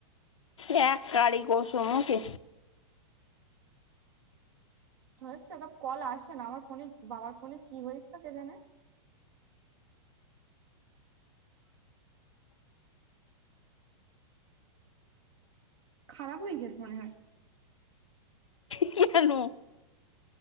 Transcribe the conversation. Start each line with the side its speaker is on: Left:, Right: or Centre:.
Left: ایک کی قسوم اوکے
Right: تو کال آسس نا ہمار فون بابار فونے کی ہوستا ک جے خاراب ہو گیاس من ہے
Left: ل